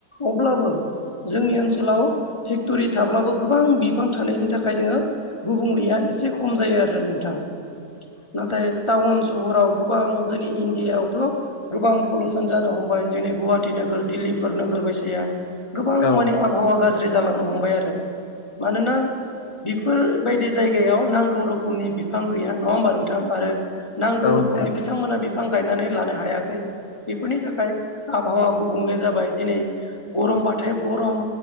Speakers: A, on the left (about 20°); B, on the left (about 80°).
A: अब्लाबो जोंनि ओनसोलाव फेक्ट'रि थाब्लाबो गोबां बिफां थानायनि थाखाय जोङो गुबुंलेया एसे खम जायो आरो नोंथां नाथाय टाउन सहराव गोबां जोंनि इण्डियायावथ' गोबां पलुसन जानो हमबाय जोंनि गुवाटि नोगोर दिल्लिफोर नोगोर बायसाया गोबां
B: औ
A: माने आबहावा गाज्रि जालांनो हमबाय आरो मानोना बेफोरबायदि जायगायाव नांगौ रोखोमनि बि फां गैया नङा होमबा नोंथां आरो नांगौ
B: औ
A: रोखोमनि
B: नोंथां
A: बिथांमोना बिफां गायनानै लानो हायाखै बेफोरनि थाखाय आबहावा गुबुंले जाबाय दिनै गरम बाथाय गरम